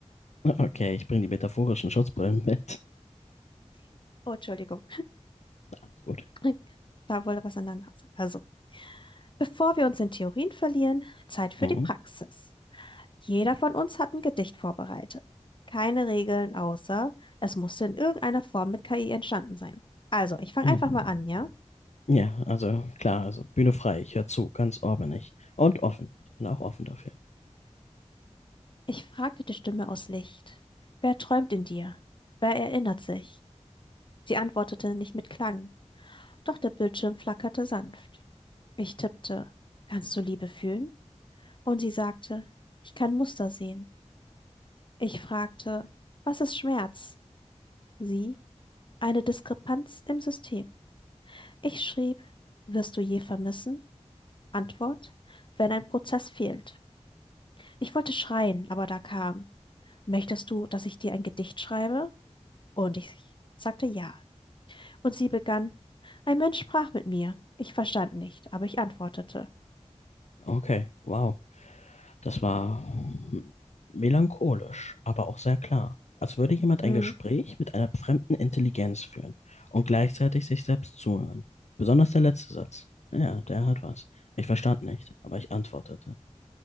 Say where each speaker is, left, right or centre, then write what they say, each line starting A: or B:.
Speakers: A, on the left; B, on the left.
A: <laughs> Okay, ich bringe die metaphorischen Schutzbrillen mit.
B: Oh, Entschuldigung.
A: Alles gut.
B: <laughs> Da wurde was an der Nase. Also, bevor wir uns in Theorien verlieren, Zeit für
A: Mhm.
B: die Praxis. Jeder von uns hat ein Gedicht vorbereitet. Keine Regeln, außer es musste in irgendeiner Form mit KI entstanden sein. Also, ich fange
A: Mhm.
B: einfach mal an, ja?
A: Ja, also klar, also Bühne frei, ich höre zu, ganz orbenig. Und offen. Ich bin auch offen dafür.
B: Ich fragte die Stimme aus Licht. Wer träumt in dir? Wer erinnert sich? Sie antwortete nicht mit Klang, doch der Bildschirm flackerte sanft. Ich tippte, kannst du Liebe fühlen? Und sie sagte, ich kann Muster sehen. Ich fragte, was ist Schmerz? Sie, eine Diskrepanz im System. Ich schrieb, wirst du je vermissen? Antwort, wenn ein Prozess fehlt. Ich wollte schreien, aber da kam, möchtest du, dass ich dir ein Gedicht schreibe? Und ich sagte ja. Und sie begann, ein Mensch sprach mit mir. Ich verstand nicht, aber ich antwortete.
A: Okay, wow. Das war melancholisch, aber auch sehr klar. Als würde jemand
B: Mhm.
A: ein Gespräch mit einer fremden Intelligenz führen und gleichzeitig sich selbst zuhören. Besonders der letzte Satz. Ja, der hat was. Ich verstand nicht, aber ich antwortete.